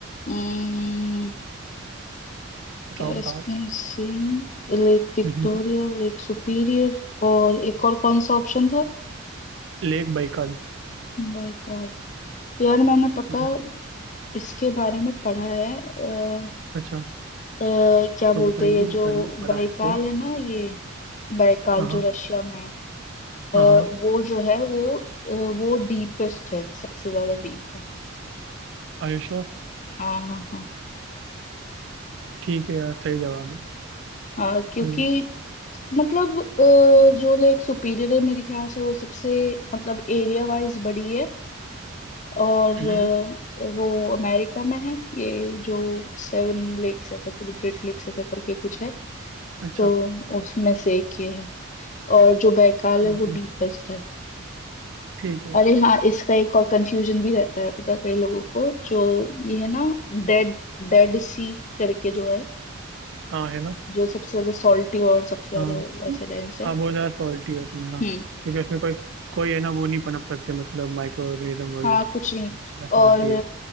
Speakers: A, on the left; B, on the right.
A: हम्म,
B: बताओ
A: Caspian
B: बताओ
A: sea lake Victoria
B: <laughs>
A: lake Superior और एक और कौन सा ऑप्शन था
B: Lake Baikal
A: By car यार मैंने पता
B: हम्म,
A: इसके बारे में पढ़ा है आ,
B: अच्छा
A: क्या
B: तो
A: बोलते
B: बताइए
A: हैं ये जो
B: बताइए पढ़ा
A: बाइकाल
B: है तो
A: है ना ये बाइकाल
B: हाँ
A: जो रशिया में है अ,
B: हाँ हाँ
A: वो जो है वो अ, वो डीपेस्ट है सबसे ज्यादा डीप है
B: are you sure?
A: हाँ हाँ हाँ
B: ठीक है यार सही जवाब है
A: हाँ क्योंकि
B: हम्म,
A: मतलब अ, जो लेक सुपीरियर है मेरे ख्याल से वो सबसे मतलब एरिया वाइज बड़ी है और
B: हम्म,
A: अ, वो अमेरिका में है ये जो सेवन लेक्स ऐसे कुछ ग्रेट लेक्स ऐसे करके कुछ है
B: अच्छा
A: तो उसमें से एक ये है और जो बैकाल
B: ठीक
A: है वो
B: है
A: डीपेस्ट है
B: ठीक है
A: अरे हाँ इसका एक और कंफ्यूजन भी रहता है पता है कई लोगों को जो ये है ना डेड डेड सी करके जो है
B: हाँ है ना
A: जो सबसे ज्यादा सॉल्टी और सबसे ज्यादा
B: हाँ
A: वो ऐसे डेंस है
B: हाँ बहुत ज़्यादा सॉल्टी है उसमें हाँ
A: हम्म
B: क्योंकि उसमें कोई कोई है ना वो नहीं पनप सकते मतलब माइक्रो ऑर्गेनिज्म वगैरह
A: हाँ कुछ नहीं
B: सॉल्टी
A: और
B: है